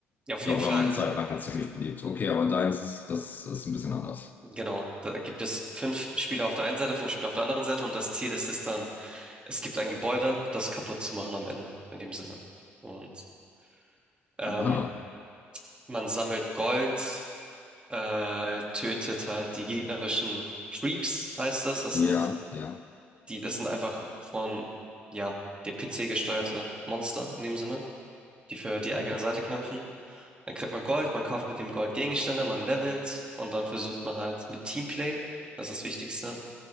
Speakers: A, on the right (about 20°); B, on the left (about 40°).
A: Ja, auf
B: Ich
A: jeden
B: glaube,
A: Fall.
B: war mal eine Zeit lang ziemlich beliebt. Okay, aber deins ist, das ist ein bisschen anders.
A: Genau, da gibt es fünf Spieler auf der einen Seite, fünf Spieler auf der anderen Seite und das Ziel ist es dann, es gibt ein Gebäude, das kaputt zu machen am Ende, in dem Sinne. Und ähm,
B: Aha.
A: man sammelt Gold, äh, tötet halt die gegnerischen Creeps, heißt das. Das sind
B: Ja, ja.
A: die, das sind einfach von, ja, dem PC gesteuerte Monster in dem Sinne, die für die
B: Okay.
A: eigene Seite kämpfen. Dann kriegt man Gold, man kauft mit dem Gold Gegenstände, man levelt und dann versucht man halt mit Teamplay, das ist das Wichtigste